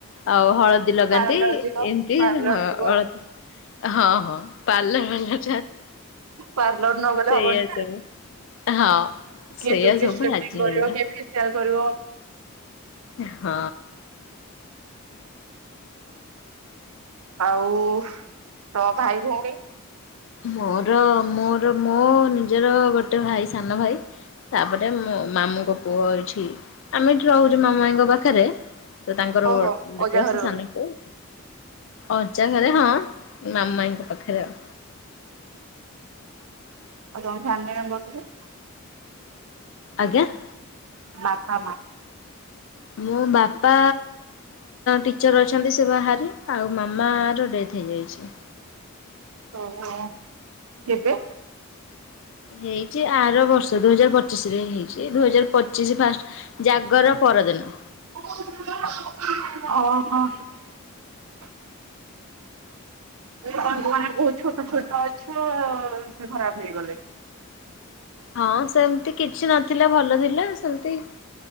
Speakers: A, on the left; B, on the right.
A: ଆଉ ହଳଦୀ ଳଦି ଲଗାନ୍ତି
B: ପାର୍ଲର ଯିବ
A: ଏମିତି
B: ପାର୍ଲର
A: ହଳଦି
B: ଯିବ
A: <inaudible> ହଁ ହଁ ପାର୍ଲର୍
B: ପାର୍ଲର ନ ଗଲେ
A: ସେଇଆ
B: ହବନି ନା
A: ସବୁ। ହଁ
B: <inaudible> କିଏ
A: ସେଇଆ
B: ଚୁଟି
A: ସବୁ
B: ଷ୍ଟ୍ରେଙ୍ଗ୍ଥେନିଂ
A: ଆଜି ହେଲା
B: କରିବ, କିଏ ଫେସିଆଲ୍ କରିବ।
A: ହଁ।
B: ଆଉ ତ ଭାଇ ଭଉଣୀ
A: ମୋର ମୋର ମୋ ନିଜର ଗୋଟେ ଭାଇ ସାନ ଭାଇ ତାପରେ ମୋ ମାମୁଁଙ୍କ ପୁଅ ପୁଅ ଏଠି ଆମେ ଏଠି ରହୁଚୁ, ମାମୁଁ ମାାଇଙ୍କ ପାଖରେ ତ ତାଙ୍କର
B: ଓହୋ ଅଜା
A: ବସ
B: ଘରେ
A: ସାନକୁ
B: ରହୁଛି।
A: ଅଜା ଘରେ ହଁ ମାମୁ ମାଇଁଙ୍କ ପାଖରେ <inaudible>
B: <inaudible> ଆଉ ତମ ଫ୍ୟାମିଲି ମେମ୍ବର ସବୁ
A: ଆଜ୍ଞା। <inaudible>
B: ବାପା ମା
A: ମୋ ବାପା ଟିଚର ଅଛନ୍ତି, ସେ ବାହାରେ ଆଉ ମାମ ର ଡେଥ ହେଇଯାଇଚି।
B: <inaudible> ଓ କେବେ?
A: ହେଇଛି ଆର ବର୍ଷ ଦୁଇ ହଜାର ପଚିଶରେ ହେଇଛି ଦୁଇ ହଜାର ପଚିଶ ଫାଷ୍ଟ ଜାଗର ପରଦିନ।
B: <inaudible> ଓହୋ <inaudible> <unintelligible> ଛୋଟ ଛୋଟ। ଛୁ ସେ ଖରାପ ହେଇଗଲେ।
A: ହଁ ସେମିତି କିଛି ନଥିଲା ଭଲ ଥିଲା ସେମତି <inaudible>